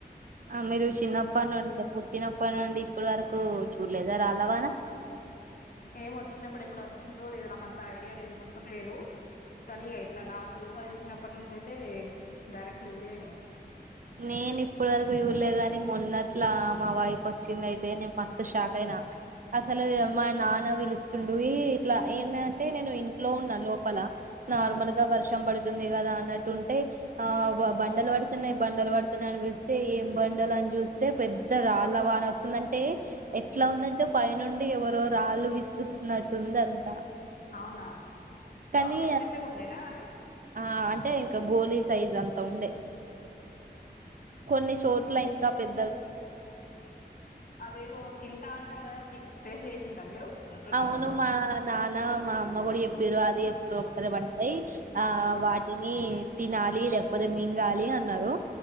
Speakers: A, on the right; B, on the left.
A: ఆ మీరు చిన్నప్పటి నుండి పుట్టినప్పటి నుండి ఇప్పడు వరకు కు చూడలేద రా అలావానా
B: ఏమో చిన్నప్పుడు ఎప్పుడు వచ్చిందో లేద నాకు అంత ఐడియా లేదు గుర్తుకు లేదు కానీ ఇట్లా నాకు ఊహ తెలిసినప్పటి నుంచి అయితే డైరెక్ట్ చూడలే నేను
A: నేను ఇప్పడు వరకు చూడలేదు గానీ మొన్నట్లా మా వైపు వచ్చింది అయితే నేను మస్తు షాక్ అయినా అసలు మా నాన్న పిలుస్తుండ ఇట్లా ఏంటంటే నేను ఇంట్లో ఉన్నా లోపల నార్మల్
B: ఆ
A: గా వర్షం పడుతుంది కదా అన్నట్టుంటే ఆ బండలు పడుతున్నాయి బండలు పడుతున్నాయ అనిపిస్తే ఏం బండలు అని చూస్తే పెద్ద రాళ్ళ వాన వస్తుందంటే ఎట్లా
B: ఆ,
A: ఉందంటే పైనుండి ఎవరో రాళ్ళు విసురుతుున్నట్టుంది అంట
B: అవునా
A: కానీ
B: బాగా పెద్ద పెద్దగా ఉండేనా అవి
A: అ అంటే ఇంకా గోలీ సైజ్ అంతా ఉండే కొన్ని చోట్ల ఇంకా పెద్ద
B: అవి అవో తింటా అంటారు కదా టేస్ట్ చేశిండ్రా మీరు ఎక్కడ
A: అవును మా నానా మా అమ్మ కూడాడి ఎ పెరు అది ఎప్పుడు ఒకసారి పడతాయి ఆ వాటిని తినాలి లేకపోతే మింగాలి అన్నారు